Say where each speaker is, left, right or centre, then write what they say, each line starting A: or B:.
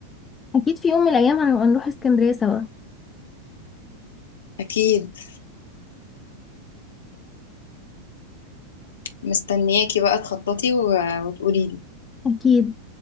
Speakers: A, on the left; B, on the left.
A: أكيد في يوم من الأيام هنبقى نروح اسكندرية سوا
B: أكيد مستنياكي بقى تخططي و- وتقولي لي
A: أكيد